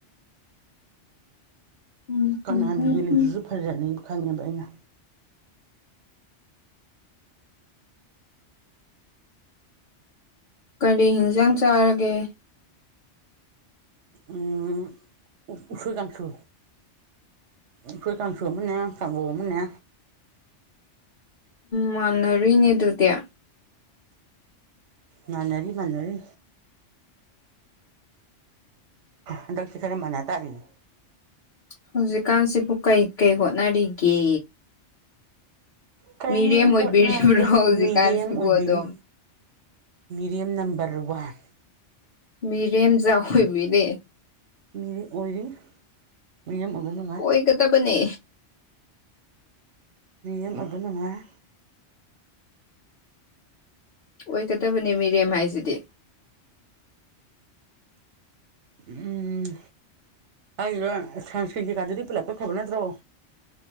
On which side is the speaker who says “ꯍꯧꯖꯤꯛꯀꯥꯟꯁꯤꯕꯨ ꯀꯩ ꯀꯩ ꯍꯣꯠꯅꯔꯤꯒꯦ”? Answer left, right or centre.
Left